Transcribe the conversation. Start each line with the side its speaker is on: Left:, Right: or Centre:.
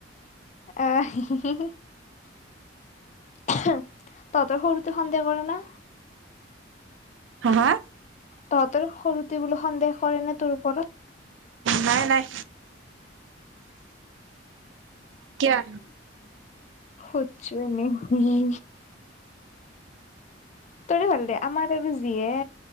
Left: আহ হি হি হি। তহত সৰুতে সন্দেহ কৰে না?
Right: হা হা?
Left: তহঁতৰ সৰুতে বোলো সন্দেহ কৰে ন তোৰ ওপৰত?
Right: নাই নাই, কিয়া?
Left: সুধিছো এনে হিহী। তোৰে ভাল দে আমাৰ আৰু যিহে